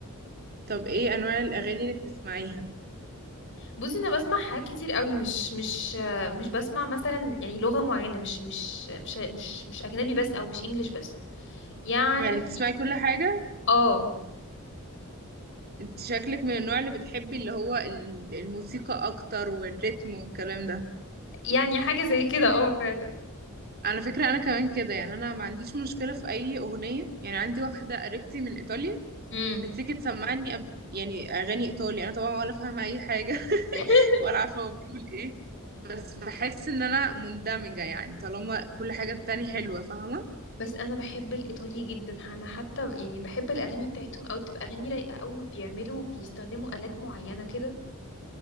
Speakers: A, on the right; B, on the left.
A: طب ايه انواع الاغاني اللي بتسمعيها
B: بصي انا بسمع حاجات كتير قوي مش مش آه، مش بسمع مثلا يعني لغة معينة مش مش مش مش مش اجنبي بس او مش انجليش بس يعني
A: يعني بتسمعي كل حاجة
B: اه
A: انت شكلك من النوع اللي بتحبي اللي هو ال- الموسيقى اكتر والريتم والكلام ده
B: يعني حاجة زي كده اه فعلا
A: على فكرة انا كمان كده يعني انا ما عنديش مشكلة في اي اغنية يعني عندي واحدة قريبتي من ايطاليا
B: امم
A: بتيجي تسمعني أب- يعني اغاني ايطالي انا طبعا ولا فاهمة اي حاجة
B: <laughs>
A: <laughs> ولا عارفة هو بيقول ايه بس بحس ان انا مندمجة يعني طالما كل حاجة التانية حلوة فاهمة
B: بس انا بحب الايطالي جدا انا حتى يعني بحب الاغاني بتاعتهم او تبقى اغاني رايقه قوي وبيعملوا بيستخدموا الات معينه كده